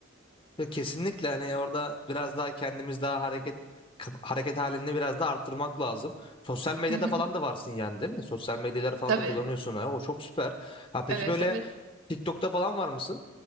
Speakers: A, on the left (about 25°); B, on the right (about 85°).
A: Yok kesinlikle hani orada biraz daha kendimiz daha hareket kap- hareket halini biraz daha arttırmak lazım. Sosyal medyada
B: Hı hı.
A: falan da varsın yani değil mi? Sosyal medyaları falan
B: Tabii.
A: da kullanıyorsun. Ha, o çok süper. Ha peki
B: Evet
A: böyle
B: evet.
A: TikTok'ta falan var mısın?